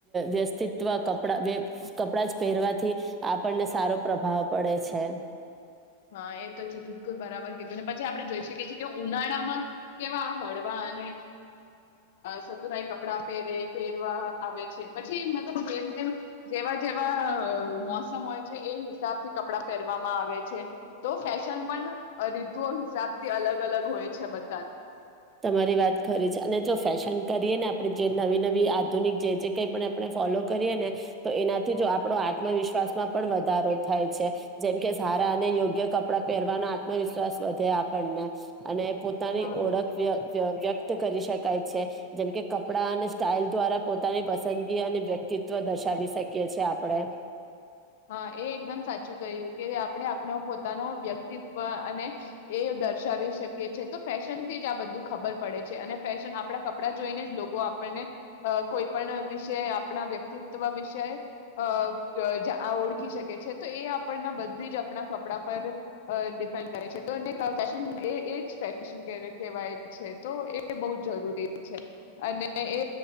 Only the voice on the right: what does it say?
વ્યસ્તિત્વ કપડા કપડા જ પહેરવાથી આપણને સારો પ્રભાવ પડે છે.
તમારી વાત ખરી છે અને જો ફેશન કરીએ ને આપણે જે નવી નવી આધુનિક જે જે કઈ પણ આપણે ફોલો કરીએ ને તો એનાથી જ આપણો આત્મવિશ્વાસમાં પણ વધારો થાય છે, જેમકે સારા અને યોગ્ય કપડા પહેરવાનો આત્મવિશ્વાસ વધે આપણને અને તાની
ઓળખ વ વ્યક્ત કરી શકાય છે, જેમ કે કપડા અને સ્ટાઇલ દ્વારા પોતાની પસંદગી અને વ્યક્તિત્વ દર્શાવી શકીએ છે આપણેે.